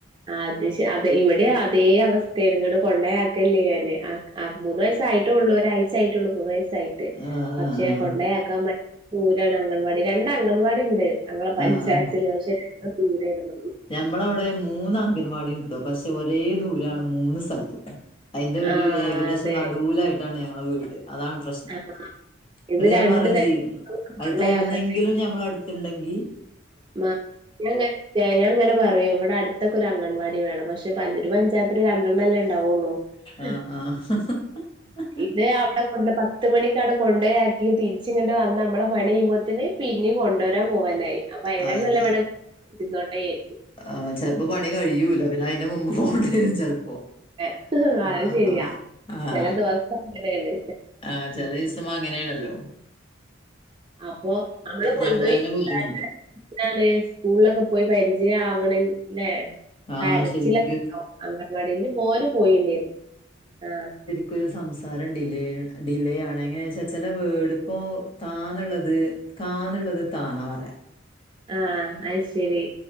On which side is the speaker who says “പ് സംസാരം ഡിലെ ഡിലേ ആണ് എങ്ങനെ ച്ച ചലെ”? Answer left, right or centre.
Left